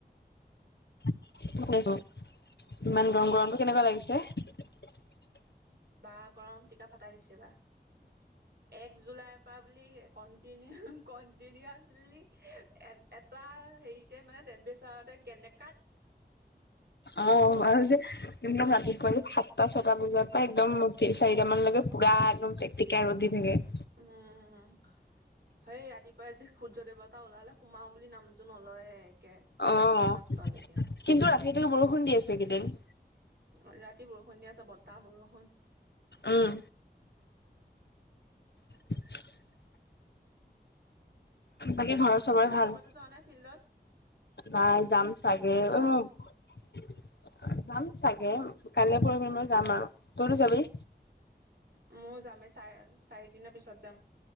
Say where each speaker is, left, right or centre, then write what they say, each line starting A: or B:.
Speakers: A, on the left; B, on the right.
A: <unintelligible> ইমান গৰম গৰমটো কেনেকুৱা লাগিছে?
B: বা গৰম টিকা ফটাই দিছে এইবাৰ। এক জুলাইৰ পৰা বুলি কন্টিনিউ ক দি-দিয়া আছিলি নেকি। এ-এটা হেৰিতে মানে টেম্পৰেচাৰতে কেনে
A: অ আৰু যে একদম ৰাতিপুৱা যে সাতটা ছটা বজাৰ পৰা একদমি চাৰিটা মানলৈকে পুৰা একদম প্ৰেকটিকা ৰ'দদি থাকে।
B: উম সেই ৰাতিপুৱাই আজি সূৰ্য দেৱতা ওলালে সুমাও বুলি নামটো নলয়ে। একে ৰাতিপুৱা
A: অ
B: পাঁচটা ছটালৈকে
A: কিন্তু ৰাতি ত বৰষুণ দি আছে কেইদিন।
B: অ ৰাতি বৰষুণ দিয়া আছে বতাহ বৰষুণ
A: উম। <inaudible> বাকী ঘৰত চবৰে
B: ৰাতিপুৱাতো
A: ভাল?
B: যোৱা নাই ফিল্ডত
A: নাই যাম চাগে,
B: ভাল
A: উ।
B: ভাল অ
A: যাম চাগে কাইলৈ পৰোখি মই যাম আৰু। তইতো যাবি?
B: ময় যামেই চাৰ-চাৰি দিনৰ পিছত যাম।